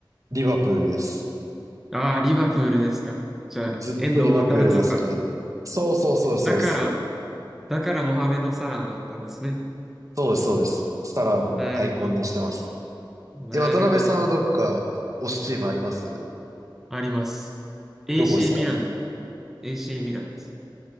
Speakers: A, on the right; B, in the centre.
A: リバプールです。
B: ああ、リバプールですか。じゃあ、
A: もうずっとリバプールが好きで。
B: 遠藤航とか。
A: そうそうそうそうです。
B: だから、だからモハメド・サラーだったんですね。
A: そうです、そうです。サラーのアイコンにしてます。
B: なるほど。なるほど。
A: え、渡辺さんはどっか推しチームあります
B: あります。AC
A: どこですか
B: ミランです。AC ミランです。